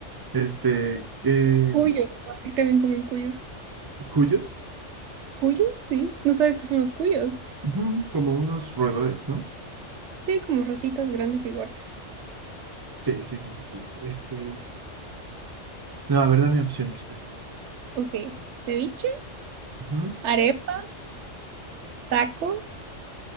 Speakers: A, on the right; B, on the right.
A: Este, eh,
B: Cuyos. Ahí también comen cuyos.
A: cuyos,
B: ¿Cuyos? Sí. ¿No sabes qué son los cuyos?
A: Ujú, como unos roedores, ¿no?
B: Sí, como ratitas grandes y gordas.
A: Sí, sí, sí, sí, sí. Este, no, a ver, dame opciones,
B: Ok. Ceviche,
A: Ujú,
B: arepa, tacos,